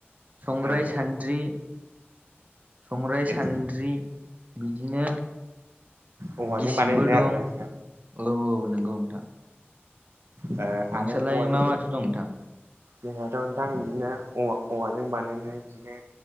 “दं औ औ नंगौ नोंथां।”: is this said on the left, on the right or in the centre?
Right